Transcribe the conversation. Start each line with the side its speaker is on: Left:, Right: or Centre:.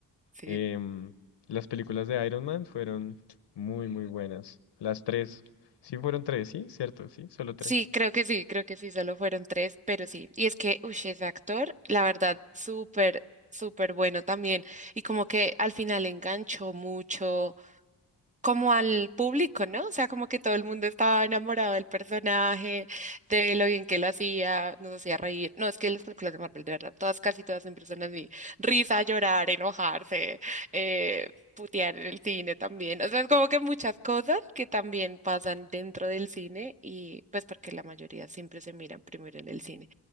Right: sí.
Left: Em, las películas de Iron Man fueron muy, muy buenas. Las tres. Sí, fueron tres, sí, cierto, sí, solo tres.
Right: Sí, creo que sí, creo que sí, solo fueron tres, pero sí. Y es que, uy, ese actor, la verdad, súper, súper bueno también. Y como que al final enganchó mucho como al público, ¿no? O sea, como que todo el mundo estaba enamorado del personaje, de lo bien que lo hacía, nos hacía reír. No, es que las películas de Marvel, de verdad, todas, casi todas siempre son así. Risa, llorar, enojarse, eh, putear en el cine también. O sea, es como que muchas cosas que también pasan dentro del cine y pues porque la mayoría siempre se miran primero en el cine.